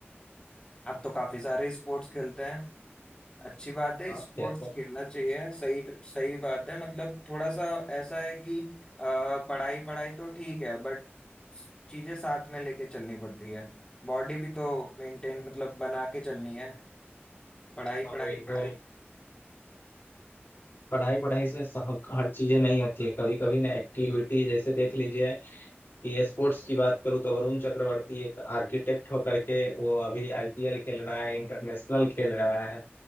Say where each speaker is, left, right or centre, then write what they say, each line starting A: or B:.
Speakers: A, on the left; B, on the left.
A: आप तो काफी सारे स्पोर्ट्स खेलते हैं अच्छी बात है
B: हाँ
A: स्पोर्ट्स
B: खेलता हूँ
A: खेलना चाहिए सही सही बात है मतलब थोड़ा सा ऐसा है कि अ, पढ़ाई पढ़ाई तो ठीक है बट चीजें साथ में लेके चलनी पड़ती है बॉडी भी तो मेंटेन मतलब बना के चलनी है पढ़ाई
B: हाँ
A: पढ़ाई
B: बिल्कुल
A: पढ़ाई
B: पढ़ाई पढ़ाई से सब- हर चीजें नहीं होती है कभी कभी ना एक्टिविटी जैसे देख लीजिए कि स्पोर्ट्स की बात करूँ तो वरुण चक्रवर्ती एक आर्किटेक्ट होकर के वो अभी आईपीएल खेल रहा है इंटरनेशनल खेल रहा है